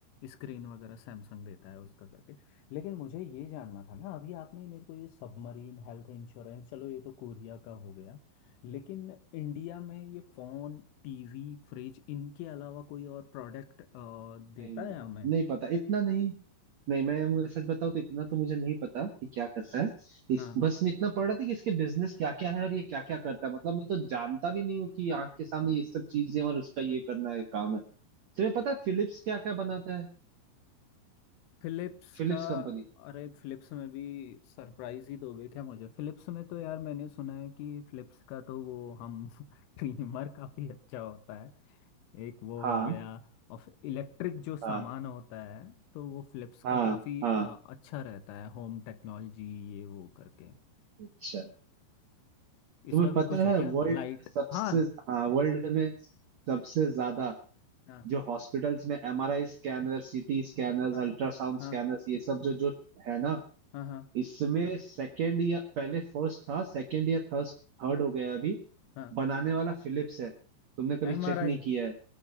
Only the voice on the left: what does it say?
स्क्रीन वगैरह सैमसंग देता है उसका करके लेकिन मुझे ये जानना था ना अभी आपने मेरे को ये सबमरीन हेल्थ इंश्योरेंस चलो ये तो कोरिया का हो गया लेकिन इंडिया में ये फोन टीवी फ्रिज इनके अलावा कोई और प्रोडक्ट देता
है हमें
हाँ
फिलिप्स
का
अरे फिलिप्स में भी सरप्राइज ही दोगे क्या मुझे फिलिप्स में तो यार मैंने सुना है कि फिलिप्स का तो वो हम <laughs> ट्रिमर काफी अच्छा होता है एक वो
हो गया और इलेक्ट्रिक जो सामान
होता है तो वो फिलिप्स का
काफी अ,
अच्छा रहता है होम टेक्नोलॉजी ये वो करके
इसमें
भी कुछ है
क्या
लाइट
हाँ
हाँ
हाँ
हाँ
हाँ हाँ
हाँ
M
R
I